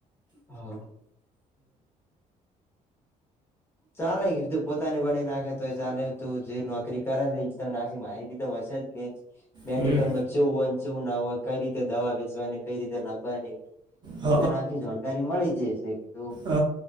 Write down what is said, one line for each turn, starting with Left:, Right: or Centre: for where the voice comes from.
Left: હા ચાલેધું પોતાની બના નાખે તો એ ચાલે તું જે નોકરી કરે છે એ તમ નાખી માહિતી તો હશે જ કે મેડિકલ
Right: હમ
Left: માં કેવું હોય ને કેવું ના હોય કઈ રીતે દવા વેચવાની કઈ રીતે નાભવા
Right: હ
Left: એ તને આખી જાણકારી મળી જશેધું
Right: હ